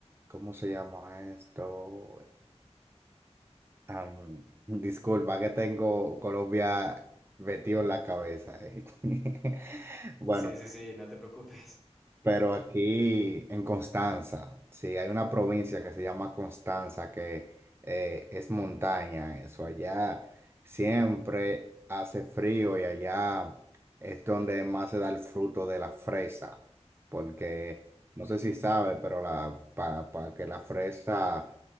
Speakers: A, on the right (about 20°); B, in the centre.
A: ¿cómo se llama esto? Am, disculpa que tengo Colombia metido en la cabeza. eh. <laughs> Bueno,
B: Sí, sí, sí, no te preocupes.
A: Pero aquí en Constanza, sí, hay una provincia que se llama Constanza, que eh, es montaña, eso. Allá siempre hace frío y allá es donde más se da el fruto de la fresa, porque no sé si sabe, pero la, para, que la fresa